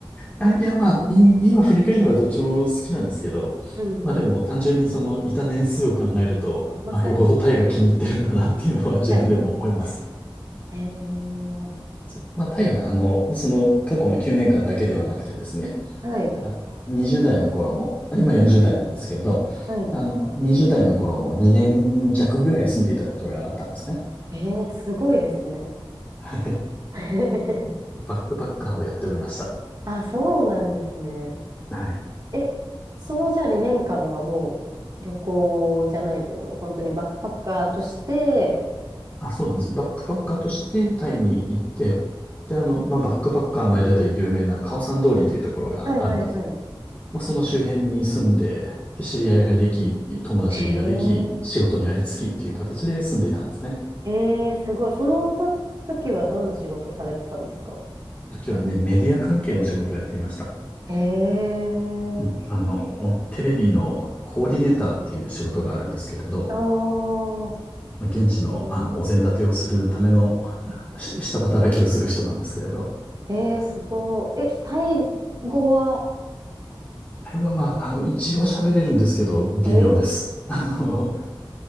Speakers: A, on the left; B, on the right.
A: あ、いや、まあ、い今振り返ればどっちも好きなんですけど、
B: うん
A: まあでも単純にそのいた年数を考えると、
B: まあそうですよね。
A: まあよほどタイが気に入ってるんだなっていうのは自分でも思います。
B: 確かに。へえ。
A: <laughs> そうまあタイは、あの、その過去の9年間だけではなくてですね、
B: はい。
A: あの、20代の頃も、まあ今40代なんですけど、
B: はい。
A: あの、20代の頃も2年弱ぐらい住んでいたことがあったんですね。
B: ええ、すごいですね。
A: はい
B: <laughs>
A: バックパッカーをやっておりました。
B: あ、そうなんですね。
A: はい。
B: え、そのじゃあ2年間はもう旅行じゃないけど、本当にバックパッカーとして、
A: あ、そうなんです。バックパッカーとしてタイに行って、で、あの、まあ、バックパッカーの間で有名なカオサン通りというところがあるんです。
B: はいはいはい。
A: まあ、その周辺に住んで、で、知り合いができ、友達ができ、
B: へ
A: 仕事にありつきっていう形で住んでいたんですね。
B: え、えー、すごい。そのと時はどんな仕事されてたんですか
A: 時はね、メディア関係の仕事をやっていました。
B: へえ、
A: うん、あの、テレビのコーディネーターっていう仕事があるんですけれど、
B: あー
A: まあ現地の、
B: へ
A: あのお膳立てをするためのし下働きをする人なんですけれど、
B: え、えー、すごい。え、タイ語は、
A: あれはまあ、あの、一応喋れるんですけど、微妙です。
B: えー、す
A: あの、